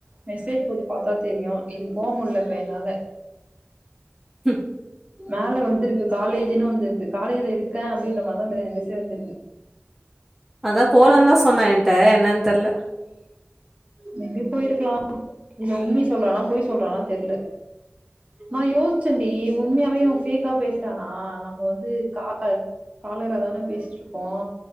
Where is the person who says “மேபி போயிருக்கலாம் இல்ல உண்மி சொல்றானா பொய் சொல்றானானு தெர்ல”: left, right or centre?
Right